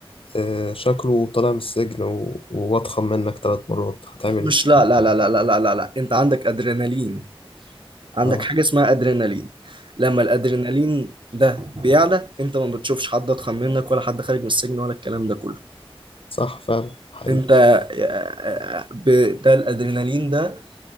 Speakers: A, on the left; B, on the right.
A: آه، شكله طالع من السجن و- وأضخم منك ثلاث مرات هتعمل
B: مش
A: إيه؟
B: لا لا لا لا لا لا لا لا انت عندك ادرينالين عندك
A: آه
B: حاجة اسمها أدرينالين لما الأدرينالين ده بيعلى أنت ما بتشوفش حد أضخم منك ولا حد خارج من السجن ولا الكلام ده كله
A: صح فعلا حقيقي
B: أنت آه، آه، ب- ده الأدرينالين ده